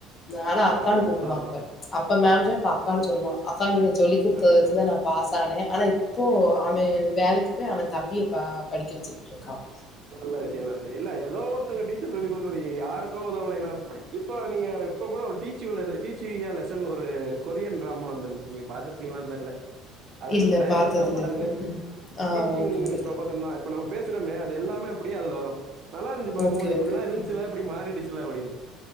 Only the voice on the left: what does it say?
ஆனா
அக்கான்னு
கூப்டுவா
இப்ப அப்ப மேம் ச இப்ப அக்கானு சொல்லுவான் அக்கா நீங்க சொல்லிக் குடுத்தத
வச்சுதா நா பாஸ் ஆனே ஆனா இப்போ அவன் வேலைக்கு போய் அவன் தம்பிய ப படிக்க வச்சுக்கிட்ருக்கான்
இல்ல
பார்த்தது
இல்ல
ப்ரோ. ம். ஆ
ஓகே ப்ரோ.
ஓகே,
ஓகே.
ம்.